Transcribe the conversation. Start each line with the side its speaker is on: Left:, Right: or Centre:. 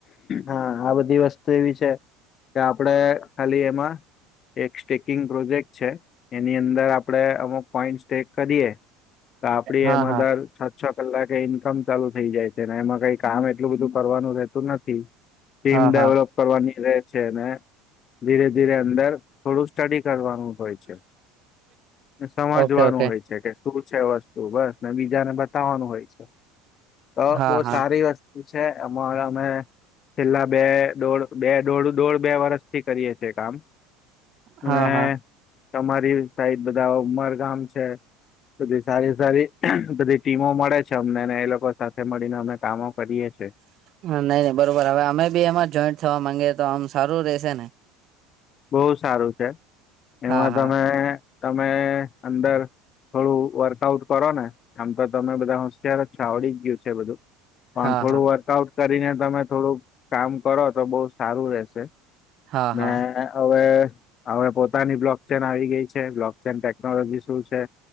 Left: હા આ બધી વસ્તુ એવી છે કે આપડે ખાલી એમાં એક સ્ટેકિંગ પ્રોજેક્ટ છે એની અંદર આપડણે અમુક પોઈન્ટ સ્ટેક કરીએ તો આપડે
Right: હા
Left: એમાં
Right: હા
Left: દર છ-છ કલાકે ઈન્કમ ચાલુ થઇ જાય છે. ને એમાં કઈ કામ એટલું બધું કરવાનું રહેતું નથી. ટીમ
Right: હા
Left: ડેવલોપ
Right: હા
Left: કરવાની રહે છે અને ધીરે-ધીરે અંદર થોડું સ્ટડી કરવાનું હોય છે. સમજવાનું
Right: ઓકે ઓકે
Left: હોય છે કે શું છે વસ્તુ બસ ને બીજાને બતાવવાનું હોય છે તો
Right: હા
Left: બહુ
Right: હા
Left: સારી વસ્તુ છે અમા અમે છેલ્લા બે દોઢ બે દો દોઢ બે વર્ષથી કરીએ છે. છે કામ.
Right: હા-હા.
Left: અને તમારી સાઈડ બધા ઉમરગામ છે. સારી સારી બધી ટીમો મળે છે અમને ને એ લોકો સાથે મળીને અમે કામો કરીએ છે
Right: નહી નહી બરોબર હવે અમે બી એમાં જોઈન્ટ થવા માંગીએ તો આમ સારું રેશે ને
Left: બહું સારું છે એમાં
Right: હા હા
Left: તમે તમે અંદર થોડું વર્કઆઉટ કરો ને આમ તો તમે બધા હોશિયાર જ છો આવડી ગયું છે બધું પણ
Right: હા
Left: થોડું
Right: હા
Left: વર્કઆઉટ કરીને તમે થોડુંક કામ કરો તો બહુ સારું રહેશે. ને
Right: હા હા
Left: હવે હવે પોતાની બ્લોક ચેન આવી ગઈ છે બ્લોક ચેન ટેકનોલોજી શું છે